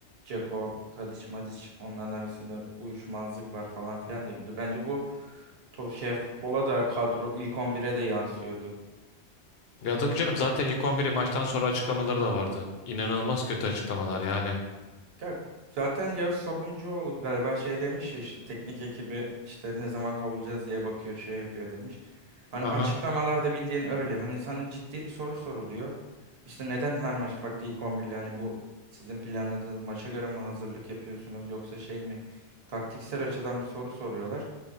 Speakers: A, on the right (about 65°); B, on the left (about 65°).
A: Dzeko, Tadic, Madic onların arasında uyuşmazlık var falan filan deniyordu. Bence bu to şey futbola da kadro ilk 11'e de yansıyordu.
B: Ya tabii canım zaten ilk 11'i maçtan sonra açıklamaları da vardı. İnanılmaz kötü açıklamalar yani.
A: Hı hı. Ya zaten Yağız Sabuncuoğlu galiba şey demiş ya işte teknik ekibi işte ne zaman kavulacağız diye bakıyor şey yapıyor demiş. Hani
B: Aha.
A: açıklamalarda bildiğin öyle. Hani sana ciddi bir soru soruluyor. İşte neden her maç farklı ilk on birli hani bu sizin planladığınız maça göre mi hazırlık yapıyorsunuz yoksa şey mi? Taktiksel açıdan bir soru soruyorlar.